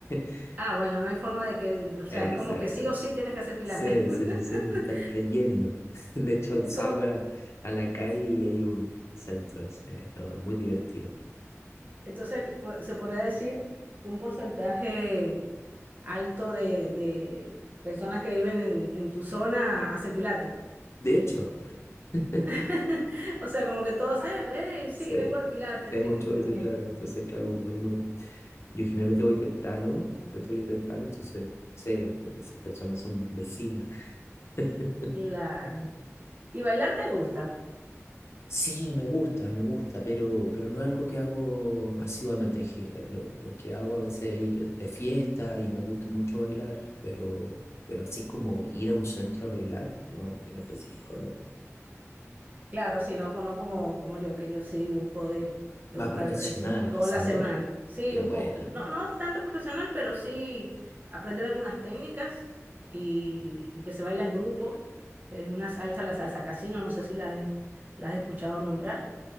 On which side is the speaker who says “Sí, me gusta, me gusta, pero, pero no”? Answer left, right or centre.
Left